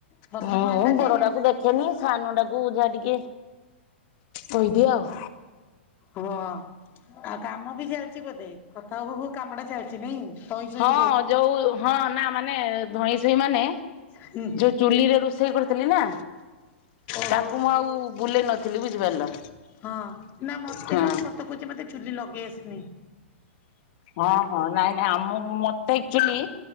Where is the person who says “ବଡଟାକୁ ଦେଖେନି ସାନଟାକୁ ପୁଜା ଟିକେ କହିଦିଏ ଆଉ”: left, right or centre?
Left